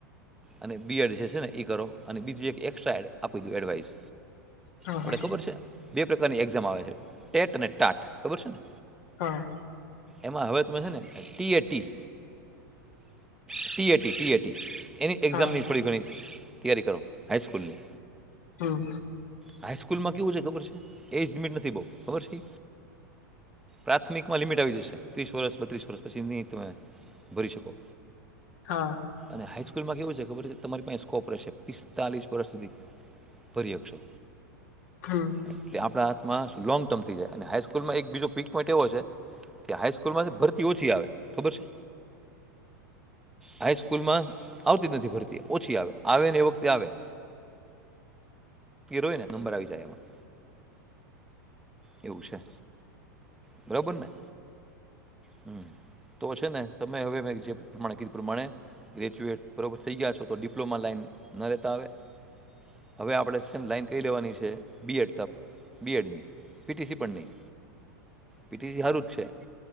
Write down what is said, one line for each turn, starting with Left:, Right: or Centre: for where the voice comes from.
Centre: અને બી એડ જે છે ને એ કરો અને બીજી એક એક્સ્ટ્રા એડ આપી દઉ એડવાઈસ
Left: હા
Centre: આપણે
Left: હા
Centre: ખબર છે બે પ્રકારની એક્ઝામ આવે છે ટેટ અને ટાટ ખબર છે ને
Left: હા
Centre: એમાં હવે તમે છે ને T A T TAT TAT એની એક્ઝામની
Left: હા
Centre: થોડી ઘણી તૈયારી કરો હાઈસ્કૂલની
Left: હમ્મ
Centre: હાઈસ્કૂલ માં કેવું છે ખબર છે એજ લીમિટ નથી બઉ ખબર છે પ્રાથમિકમાં લિમિટ આવી જશે ત્રીસ વર્ષ બત્રીસ વર્ષ પછી નહીં તમે ભરી શકો
Left: હા
Centre: અને હાઈસ્કૂલમાં કેવ છે, ખબર છે કે, તમારી પાસે સ્કોપ રહેશે, પિસ્તાલીસ વર્ષ સુધી. પર્યક્ષો.
Left: હા.
Centre: એટલે આપણા હાથમાં શું લોંગ ટર્મ થઈ જાય, અને હાાઈસ્કૂલમાં એક બીજો પીક પોઈન્ટ એવો છે. કે હાાઈસ્કૂલમાં છે, ભરતી ઓછી આવે ખબર છે. હાઈસ્કૂલમાં આવતી જ નથી, ભરતી ઓછી આવે, આવે ને એ વખતે આવે. હીરોય ને, નંબર આવી જાય એમાં. એવું છે, બરાબરને. હમ તો છે ને, તમે હવે મેં જે પ્રમાણે કીધું પ્રમાણે. ગ્રેજ્યુએટ બરોબર થઈ ગયા છો, તો ડિપ્લોમા લાઈન ન રહેતા આવે. હવે આપણે લાઈન કઈ લેવાની છે, બીએડ તક બીએડની. પીટીસી પણ નહીં, પીટીસી સારું જ છે